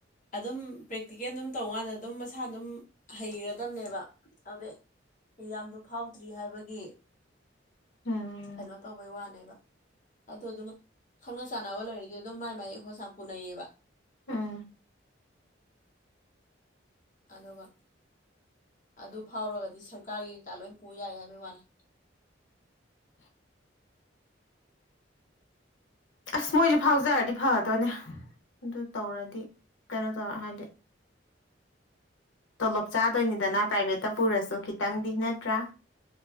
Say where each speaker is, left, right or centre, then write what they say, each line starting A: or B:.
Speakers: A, on the left (about 40°); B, on the left (about 80°).
A: ꯑꯗꯨꯝ ꯄ꯭ꯔꯦꯛꯇꯤꯀꯦꯜ ꯑꯗꯨꯝ ꯇꯧꯀꯥꯟꯗ ꯑꯗꯨꯝ ꯃꯁꯥ ꯑꯗꯨꯝ ꯍꯩꯒꯗꯝꯕꯅꯦꯕ ꯑꯗꯨꯗꯩ ꯌꯥꯝꯗꯣ ꯐꯥꯎꯗ꯭ꯔꯤ ꯍꯥꯏꯕꯒꯤ
B: ꯎꯝ
A: ꯀꯩꯅꯣ ꯇꯧꯕꯩ ꯋꯥꯅꯤ ꯑꯗꯨ ꯑꯗꯨꯝ ꯈꯪꯅ ꯆꯥꯟꯅꯕ ꯂꯩꯔꯗꯤ ꯑꯗꯨꯝ ꯃꯥꯏ ꯃꯥꯏ ꯍ ꯄꯨꯅꯩꯌꯦꯕ
B: ꯑꯥ
A: ꯑꯗꯨꯒꯕ ꯑꯗꯨ ꯐꯥꯎꯔꯒꯗꯤ ꯁꯔꯀꯥꯔꯒꯤ ꯀꯩꯀꯥ ꯂꯣꯏ ꯄꯨ ꯌꯥꯏ ꯍꯥꯏꯕꯩ ꯋꯥꯅꯤ
B: <unintelligible> ꯑꯁ ꯃꯣꯏꯁꯨ ꯐꯥꯎꯖꯔꯗꯤ ꯐꯒꯗꯣꯏꯅꯦ ꯑꯗꯨ ꯇꯧꯔꯗꯤ ꯀꯩꯅꯣ ꯇꯧꯔ ꯍꯥꯏꯗꯤ ꯇꯣꯂꯣꯞ ꯆꯥꯗꯣꯏꯅꯤꯗꯅ ꯄ꯭ꯔꯥꯏꯚꯦꯠꯇ ꯄꯨꯔꯁꯨ ꯈꯤꯇꯪꯗꯤ ꯅꯠꯇ꯭ꯔꯥ